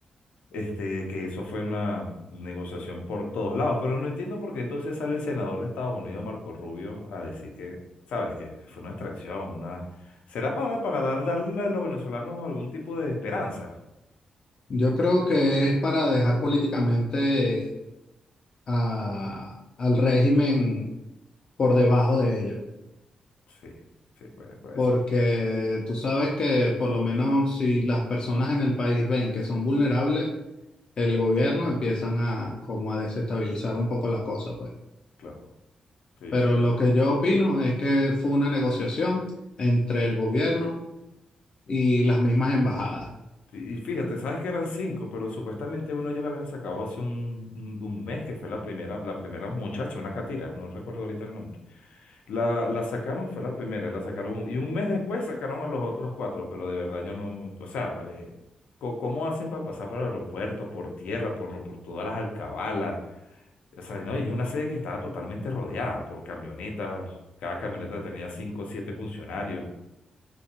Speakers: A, on the left (about 85°); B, on the left (about 40°).
A: este, que eso fue una negociación por todos lados, pero no entiendo por qué entonces sale el senador de Estados Unidos, Marco Rubio, a decir que, sabes, que fue una extracción, una... ¿Será para, para dar, darle a los venezolanos algún tipo de esperanza?
B: Yo creo que es para dejar políticamente a- al régimen por debajo de ellos,
A: Sí, sí, puede, puede
B: porque
A: ser,
B: tú sabes que por lo menos si las personas en el país ven que son vulnerables, el gobierno empiezan a como a desestabilizar un poco la cosa, pues.
A: claro. Sí,
B: Pero
A: sí,
B: lo
A: sí.
B: que yo opino es que fue una negociación entre el gobierno y las mismas embajadas.
A: Y, y fíjate, sabes que eran cinco, pero supuestamente uno ya lo habían sacado hace un, un, un mes, que fue la primera, la primera muchacha, una catira, no recuerdo ahorita el nombre. La, la sacaron, fue la primera, la sacaron y un mes después sacaron a los otros cuatro, pero de verdad yo no, o sea, eh, co- ¿cómo hacen para pasar por el aeropuerto, por tierra, por, por todas las alcabalas? O sea, no, y es una sede que estaba totalmente rodeada por camionetas, cada camioneta tenía cinco o siete funcionarios.